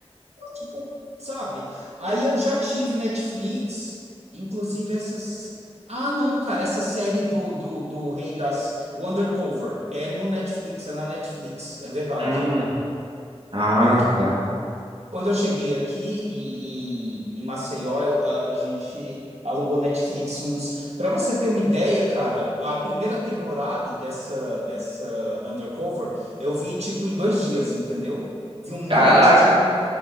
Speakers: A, on the right; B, on the right.
A: tipo, sabe? Aí eu já tive Netflix, inclusive essas. Ah, não, cara, essa série do, do, do Rei das. O Undercover. É no Netflix, é na Netflix, é verdade.
B: Hum. Ah,
A: É
B: tá.
A: Quando eu cheguei aqui em, em, em Maceió, eu- a, a gente alugou Netflix uns. Para você ter uma ideia, cara, a primeira temporada dessa dessa Undercover eu vi tipo em dois dias, entendeu? Vi um monte
B: Caraca.
A: de.